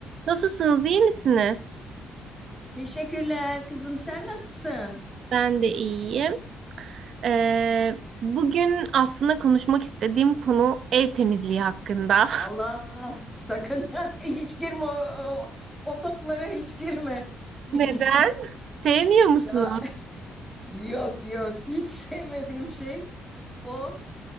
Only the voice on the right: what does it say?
Nasılsınız, iyi misiniz?
Ben de iyiyim. Ee, bugün aslında konuşmak istediğim konu ev temizliği hakkında.
<laughs>
Neden? Sevmiyor musunuz?